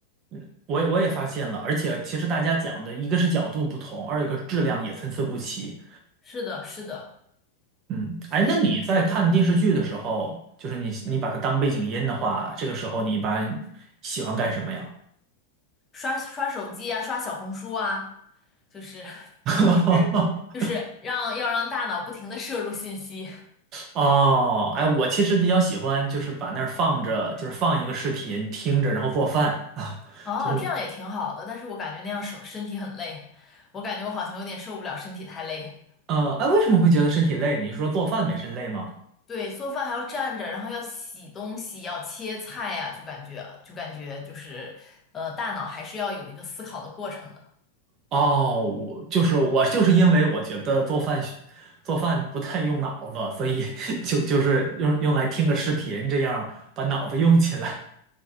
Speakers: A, on the right; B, on the left.
A: 嗯，我也我也发现了，而且其实大家讲的一个是角度不同，二一个质量也参差不齐。
B: 是的，是的，
A: 嗯，
B: 所以，
A: 哎，那你在看电视剧的时候，
B: 嗯，
A: 就是你你把它当背景音的话，这个时候你一般喜欢干什么呀？
B: 刷刷手机啊，刷小红书啊。就是同时
A: <laughs>
B: 就是让要让大脑不停的摄入信息。
A: 哦，哎，我其实比较喜欢，就是把那儿放着，就是放一个视频听着，然后做饭啊，<laughs>
B: 哦，
A: 就是，
B: 这样也挺好的，但是我感觉那样手身体很累，我感觉我好像有点受不了身体太累。
A: 呃，哎，为什么会觉得身体累呢？你是说做饭本身累吗？
B: 对，做饭还要站着，然后要洗东西，要切菜呀、就感觉就感觉就是呃，大脑还是要有一个思考的过程的。
A: 哦，我就是我就是因为我觉得做饭需做饭不太用脑子，所以 <laughs> 就就是用用来听个视频，这样把脑子用起来